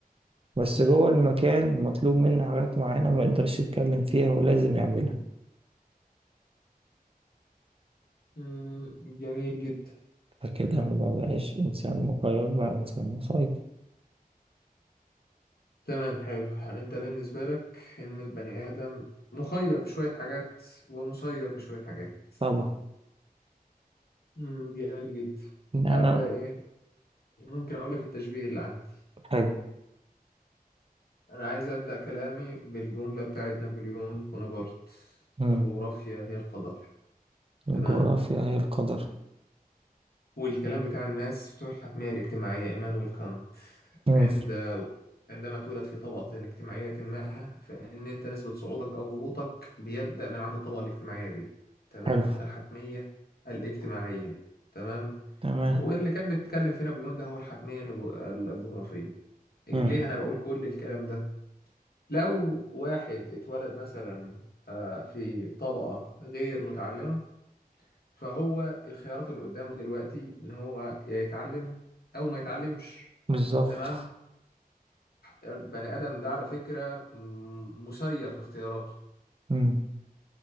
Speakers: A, on the right; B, on the left.
A: بس
B: مم.
A: جوه المكان مطلوب منه حاجات معينة ما يقدرش يتكلم فيها ولازم يعملها
B: مم. جميل جدا
A: فكده ما بقاش إنسان مخير بقى إنسان مسير
B: تمام حلو هل أنت بالنسبة لك إن البني آدم مخير في شوية حاجات ومسير في شوية حاجات؟
A: طبعا
B: مم. جميل جدا
A: إن
B: تعالى
A: أنا
B: بقى إيه ممكن أقول لك التشبيه اللي عندي
A: حلو
B: أنا عايز أبدأ كلامي بالجملة بتاعت نابليون بونابرت
A: مم.
B: الجغرافيا هي القدر تمام
A: الجغرافيا هي القدر
B: والكلام بتاع الناس بتوع الحتمية الاجتماعية إيمانويل كانت
A: مم.
B: عند عندما تولد في طبقة اجتماعية ما فإن أنت نسبة صعودك أو هبوطك بيبدأ من عند الطبقة الاجتماعية دي تمام
A: حلو
B: الحتمية الاجتماعية تمام
A: تمام
B: واللي كان بيتكلم في نابليون ده هو الحتمية النبو- الجغرافية إيه،
A: امم
B: ليه أنا بقول كل الكلام ده لو واحد اتولد مثلا آه، في طبقة غير متعلمة فهو الخيارات اللي قدامه دلوقتي إن هو يا يتعلم أو ما يتعلمش
A: بالظبط
B: تمام البني آدم ده على فكرة م- مسير في اختياراته
A: مم.